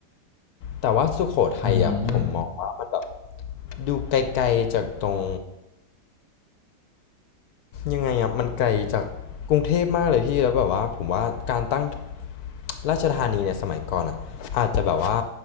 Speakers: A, on the left; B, on the right.
A: แต่ว่าสุโขทัยอ่ะผมมองว่ามันแบบ
B: อืม
A: ดูไกลๆจากตรงยังไงอะมันไกลจากกรุงเทพมากเลยพี่แล้วแบบว่าผมว่าการตั้งราชธานีเนี่ยสมัยก่อนอ่ะอาจจะแบบว่า